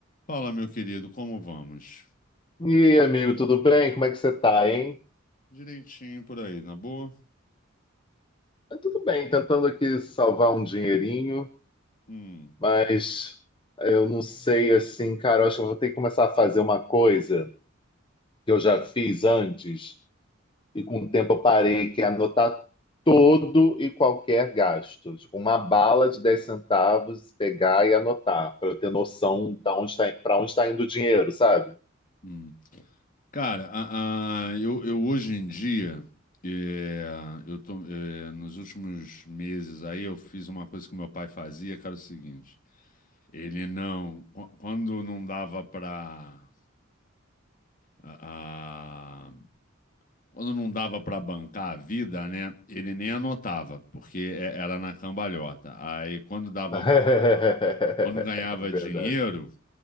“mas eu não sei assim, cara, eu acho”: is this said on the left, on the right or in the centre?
Left